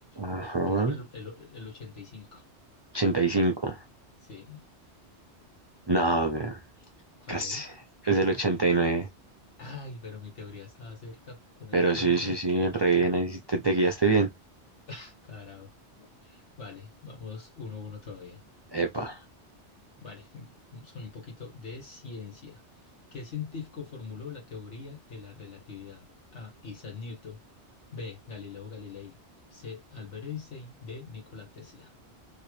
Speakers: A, on the right; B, on the left.
A: Ajá.
B: pongamos el, el- el 85.
A: 85.
B: Sí.
A: No, güey,
B: ¿Cuál
A: casi.
B: es?
A: Es el ochenta y nueve
B: Ay, pero mi teoría estaba cerca con
A: Pero
B: el fútbol.
A: sí, sí, sí, re bien. Ahí sí te, te guiaste bien.
B: <laughs> Carajo. Vale, vamos uno a uno todavía.
A: Epa.
B: Vale, em- vamos con un poquito de ciencia. ¿Qué científico formuló la teoría de la relatividad? A. Isaac Newton. B. Galileo Galilei. C. Albert Einstein. D. Nikola Tesla.